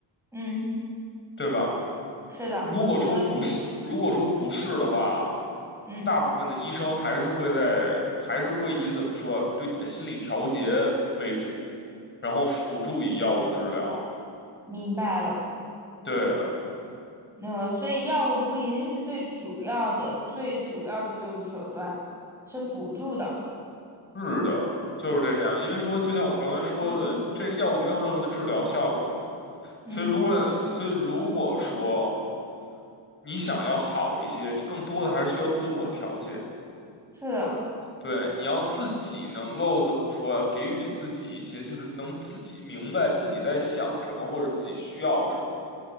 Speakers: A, in the centre; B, on the left.
A: 嗯，
B: 对吧？
A: 是的，
B: 如果说不是，
A: 否则
B: 如果说不是的话，
A: 嗯，
B: 大部分的医生还是会在，还是会以怎么说，对你的心理调节为主，然后辅助以药物治疗。
A: 明白了。
B: 对的，
A: 呃，所以药物不一定是最主要的，最主要的救治手段是辅助的。
B: 是的，就是这样。因为说，就像我刚才说的，
A: 嗯
B: 这个药物没有任何的治疗效果嘛
A: 嗯，
B: 所以如果，所以如果说你想要好一些，你更多的还是需要自我调节。
A: 是的，
B: 对，你要自己能够怎么说呀？给予自己一些，就是能自己明白自己在想什么，或者自己需要什么。